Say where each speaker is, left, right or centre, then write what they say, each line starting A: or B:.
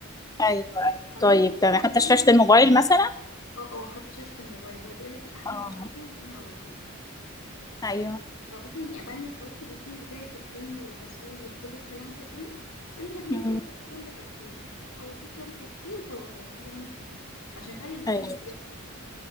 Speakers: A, on the left; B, on the left.
A: ايوه ايوه
B: اما
A: طيب
B: انت اللي انت
A: تمام
B: قلتيهولي
A: حتى شاشة
B: ان
A: الموبايل مثلا
B: اه اه حتى شاشة الموبايل هو بيقول لك الأحسن
A: اه
B: انت تحطيه وتنامي على طول
A: ايوه
B: فممكن يعني بعد ما تخلصي الروتين بتاعك الكريم والغسول وكل الكلام ده كله قبل ما تنامي
A: أمم،
B: كده تحطيه جنبك على السرير على طول كده تحطيه وخلاص غمضي عينك ونامي عشان فعلا يديكي
A: ايوه
B: النتيجة الصح